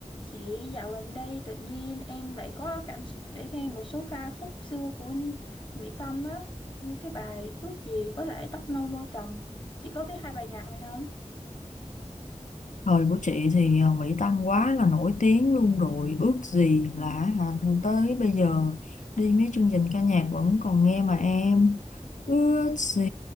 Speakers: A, on the left; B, on the left.
A: Chị dạo gần đây tự nhiên em lại có cảm xúc để nghe một số ca khúc xưa của Mỹ Tâm á, như cái bài Ước gì với lại Tóc nâu môi trầm. Chị có biết hai bài nhạc này không?
B: thời của chị thì à, Mỹ Tâm quá là nổi tiếng luôn rồi ước gì là à, tới bây giờ đi mấy chương trình ca nhạc vẫn còn nghe mà em ước gì